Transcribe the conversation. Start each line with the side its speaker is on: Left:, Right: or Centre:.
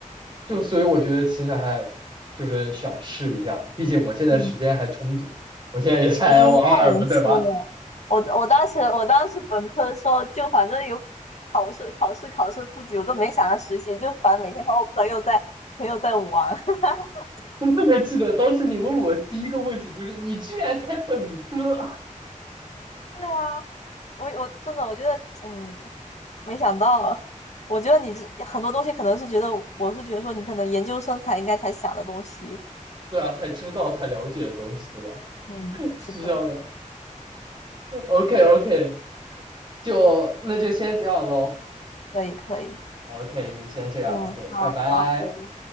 Right: 就所以我觉得其实还就是想试一下，毕竟我现在时间还充足，
Left: 嗯，
Right: 我现在也才
Left: 你太年轻了。
Right: L 二嘛，对吧？
Left: 我我当时我当时本科的时候，就反正有考试考试考试复习，我都没想着实习，就反正每天和我朋友在朋友在玩。<laughs>
Right: <laughs> 我特别记得当时你问我第一个问题就是你居然才本科，
Left: 对啊，我我真的我觉得，嗯，没想到啊，<laughs> 我觉得你这很多东西可能是觉得，我是觉得说你可能研究生才应该才想的东西。
Right: 对啊，才知道才了解的东西，对吧？
Left: 嗯，
Right: <laughs>
Left: 是的，
Right: 是这样的。OK OK，就那就先这样喽。
Left: 可以可以，
Right: OK，那先这样。
Left: 嗯，
Right: OK，
Left: 好好，
Right: 拜拜。
Left: 拜拜。